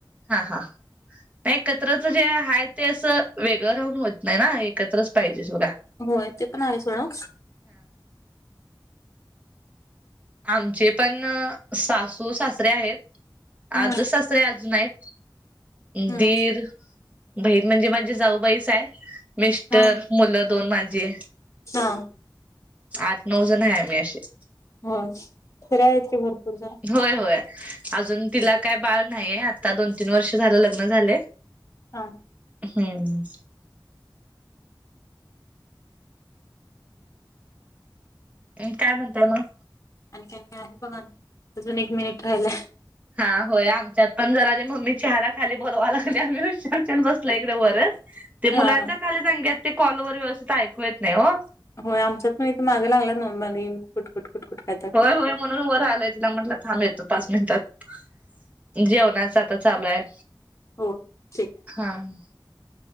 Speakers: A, on the right; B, on the left.
A: हा -हा नाही एकत्रच जे आहे ते असं वेगळं राहून होत नाही ना, एकत्रच पाहिजे सुधा
B: होय ते पण आहे, सोडा
A: आमचे पण अं सासू- सासरे आहेत,
B: हम्म
A: आज्ज सासरे अजून आहेत.
B: हम्म
A: दीर, बहीण म्हणजे माझी जाऊबाईस आहे. मिस्टर,
B: हा
A: मुलं दोन माझी
B: हा,
A: आठ -नऊ जण आहे आम्ही आशे.
B: हो तरी आहेत की भरपूर जण.
A: होय, होय अजून तिला काय बाळ नाहीये, आता दोन तीन वर्ष झालं लग्न झालं ये.
B: हा,
A: हम्म, अन् काय म्हणताय म?
B: आणखीन काय आहे बघाना, अजून एक मिनिट राहिलाय.
A: हा होय आमच्यात पण जरा ते मम्मीच्या चहला खाली बोलवा लागल्या आम्ही हुशारचन बसलोय इकडे वरचं. ते
B: हा
A: मुलांच्या
B: हा
A: खाली दंग्यात, ते कॉलवर व्यवस्थित ऐकू येत नाही ओ.
B: होय. आमच्यात पण इथ मागं लागल्यात मोबाईल दे. कुटकुट कुटकुट काय तर
A: होय होय म्हणून वर आलोय. तिला म्हटलं थांब येतो पाच मिनिटात. जेवणाच आ चालू आहे.
B: हो ठीक आहे.
A: हां.